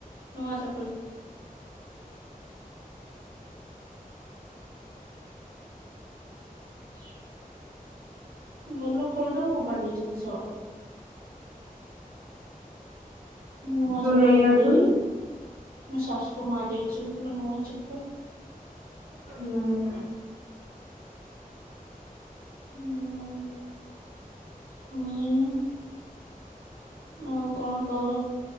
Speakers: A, on the right; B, on the right.
A: ନୂଆ ଚପଲ। ଶ <inaudible> ଭଲ ଖୋଳଟାକୁ ଖୋପାଡ଼ି ଦେଇଛନ୍ତି ଶଳା। ନୂଆ
B: ତୁ
A: ଚପଲ
B: ନେଇ
A: ଟା ପୁରେଇଦିଏ।
B: ଆସୁନୁ
A: ମୋ ସାସୁ ମା ଦେଇଛନ୍ତି ମୋ ନୁଆ ଚପଲ।
B: ହୁଁ
A: ହୁଁ ହୁଁ। ଆଉ କଣ କହ?